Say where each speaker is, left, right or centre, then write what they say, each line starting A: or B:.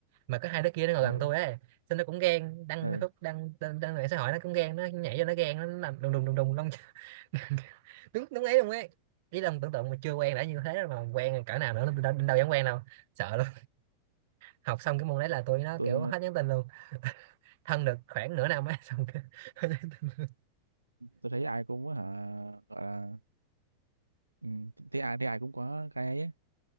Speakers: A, on the right; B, on the right.
A: mà có hai đứa kia nó ngồi gần
B: ừ
A: tôi ấy xong nó cũng ghen đăng
B: ừ
A: Facebook, đăng đăng, đăng mạng xã hội nó cũng ghen nó nhảy vô nó ghen nó làm đùng đùng đùng đùng long <laughs> đúng đúng ấy <laughs> luôn ấy ý là tưởng tượng mà chưa quen đã như thế rồi mà quen cỡ nào nữa đâu, đâu dám quen đâu sợ luôn học xong cái môn đấy là tôi nó
B: tôi
A: kiểu hết nhắn tin luôn thân được khoảng nửa năm ấy xong cái <laughs> hết nhắn tin luôn.
B: tôi thấy ai cũng hả gọi là Ừ, thì ai thì ai cũng có cái ấy,